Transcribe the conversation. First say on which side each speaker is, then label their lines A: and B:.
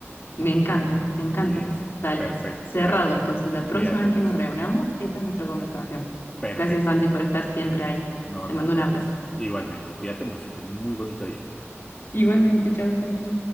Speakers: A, on the left; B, on the left.
A: Me encanta, me encanta.
B: Listo.
A: Dale,
B: Perfecto.
A: cerrado.
B: Dale.
A: Entonces, la
B: Cuídate
A: próxima vez
B: mucho.
A: que nos reunamos, esta es nuestra conversación.
B: Perfecto.
A: Gracias, Santi, por estar siempre ahí.
B: No
A: Te
B: te
A: mando
B: preocupes.
A: un abrazo.
B: Igualmente, cuídate mucho. Ten un muy bonito día.
A: Igualmente, chao, Santi.